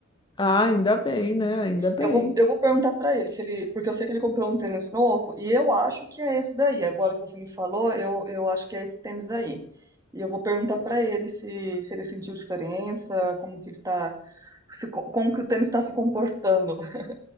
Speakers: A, on the left (about 20°); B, on the right (about 15°).
A: Ah, ainda bem, né? Ainda bem.
B: É, eu vou, eu vou perguntar pra ele se ele, porque eu sei que ele comprou um tênis novo e eu acho que é esse daí. Agora que você me falou, eu, eu acho que é esse tênis aí. E eu vou perguntar pra ele se, se ele sentiu diferença, como que ele tá, se co- como que o tênis tá se comportando. <laughs>